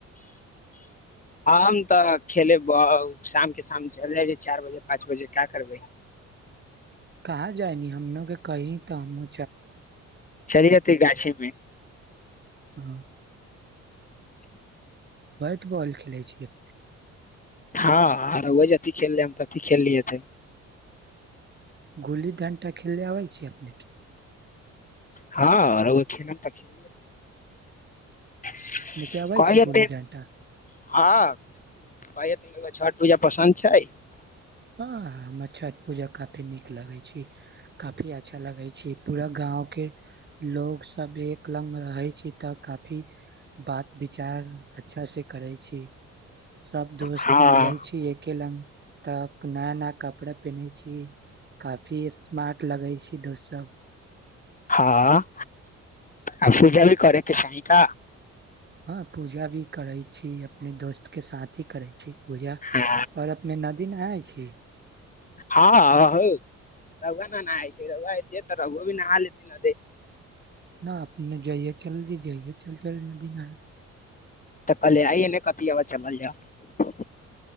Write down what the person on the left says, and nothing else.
हम तऽ खेलेब शाम के शाम चलि जायब चारि बजे पाँच बजे का करबै
चैल जातै गाछीमे
<inaudible>
हँ आ रोआ जथि खेल लेहम तथि खेल लिएतै
हँर रोआ खेलम तऽ खेल <unintelligible>
कहै
हथिन
हँ कहियो <unintelligible> गो छठ पूजा पसन्द छै
हँ
हँ आ पूजा भी करै के चाही का
हँ
हँ रौआ न नहाइ छै रौआ एतिहे तऽ रौओ भी नहा लेति न एतै
तऽ कल्हे आइए ने कति चबा चलल जाउ